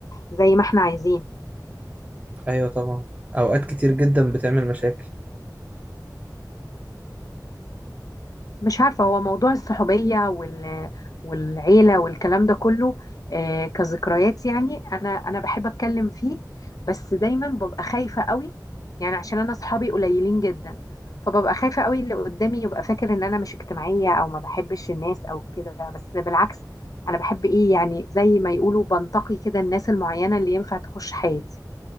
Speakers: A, on the left; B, on the right.
A: زي ما إحنا عايزين
B: ايوه طبعا اوقات كتير جدا بتعمل مشاكل
A: مش عارفة هو موضوع الصحوبية وال... والعيلة والكلام ده كله آه، كذكريات يعني أنا أنا بحب أتكلم فيه بس دايما ببقى خايفة قوي يعني عشان أنا أصحابي قليلين جدا فببقى خايفة قوي اللي قدامي يبقى فاكر إن أنا مش اجتماعية أو ما بحبش الناس أو كده بس بالعكس أنا بحب إيه يعني زي ما يقولوا بنتقي كده الناس المعينة اللي ينفع تخش حياتي